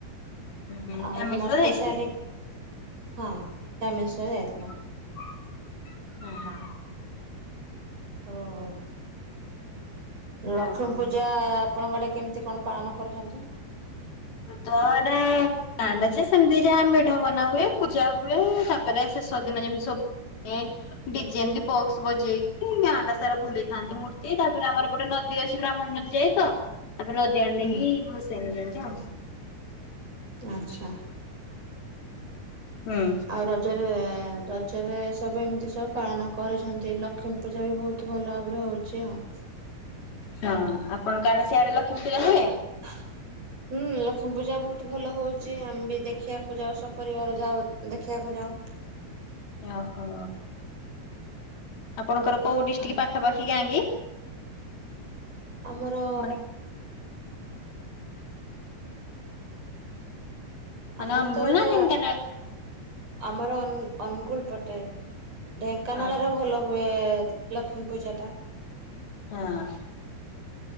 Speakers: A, on the left; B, on the right.
A: ହୁଁ
B: ଆଉ
A: ଫ୍ୟାମିଲି
B: ମସ୍ତି
A: ସହ ଯାଇଥିଲେ
B: ସାରି, ହଁ ଫ୍ୟମିଲି ସହ ଯାଇଥିଲୁ।
A: <unintelligible> ହଁ ହାଁ।
B: ଓ <unintelligible> ଲକ୍ଷ୍ମୀ
A: ଆଉ କଣ
B: ପୂଜା
A: କୁହ?
B: କଣ ଗୋଟେ କେମିତି କଣ ପାଳନ କରୁଛନ୍ତି?
A: ତଳ ଡ୍ୟାମ <unintelligible> ନାଟା ଯେ ସେମିତି ଯାହା ମେଢ ବନା ହୁଏ। ପୂଜା ହୁଏ। ତାପରେ ଶେଷ ଦିନ ଯେମିତି ସବୁ ଏଁ ଡିଯେ ଏମିତି ବକ୍ସ ବଜେଇକି ଗାଁଟା ସାରା ବୁଲେଇଥାନ୍ତି। ମୂର୍ତ୍ତି ତାପରେ ଆମର ଗୋଟେ ନଦୀ ଅଛି। ବ୍ରାହ୍ମଣୀ ନଦୀ ଯାଇ ତ ତାପରେ ନଦୀ ଡ୍ୟାମ
B: ହୁଁ
A: ନେଇକି ବସେଇନି ଜାଣିଛ ଆଉ <unintelligible>
B: ଆଚ୍ଛା।
A: ହୁଁ।
B: ଆଉ ରଜରେ ରଜରେ ସବୁ ଏମିତି ସବୁ ପାଳନ କରିଛନ୍ତି ଲକ୍ଷ୍ମୀ ପୂଜା ବି ବହୁତ ବହୁତ ଭଲ ଭାବରେ ହଉଛି ଆଉ।
A: ହଁ ଆପଣଙ୍କ ଆଡେ ସିଆଡେ ଲକ୍ଷ୍ମୀପୂଜା ହୁଏ।
B: <inaudible> ହୁଁ ଲକ୍ଷ୍ମୀ ପୂଜା ବହୁତ ଭଲ ହଉଛି ଆମେ ବି ଦେଖିବାକୁ ଯାଉ ସପରିବାର ଯାଉ ଦେଖିବାକୁ ଯାଉ।
A: ଓହୋ ଆପଣଙ୍କର କୋଉ ଡିଷ୍ଟିକ
B: ଆଉ
A: ପାଖାପାଖି ଗାଁ କି?
B: ଆମର
A: ମାନେ ମାନେ
B: ଆମର
A: ଅନୁଗୁଳ
B: ତ ଏଇଟା
A: ନା ଢେଙ୍କାନାଳ?
B: ଆମର ଅନୁ ଅନୁଗୁଳ ପଟେ ଢେଙ୍କାନାଳରେ
A: ଓହୋ
B: ଭଲ ହୁଏ ଲକ୍ଷ୍ମୀ ପୂଜାଟା।
A: ହଁ।